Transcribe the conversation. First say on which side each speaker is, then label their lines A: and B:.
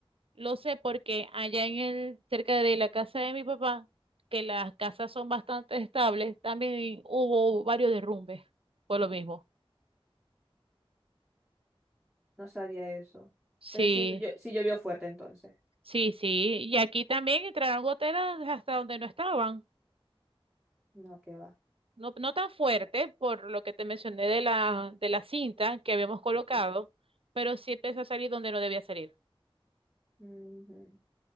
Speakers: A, on the right; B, in the centre.
A: lo sé porque allá en el, cerca de la casa de mi papá, que las casas son bastante estables, también hubo varios derrumbes por lo mismo.
B: No sabía eso.
A: Sí,
B: Entonces sí, yo, sí llovió fuerte entonces.
A: sí, sí. Y aquí también entraron goteras hasta donde no estaban.
B: No, qué va.
A: No, no tan fuerte por lo que te mencioné de la, de la cinta que habíamos colocado,
B: Ok.
A: pero sí empezó a salir donde no debía salir.
B: Ujú.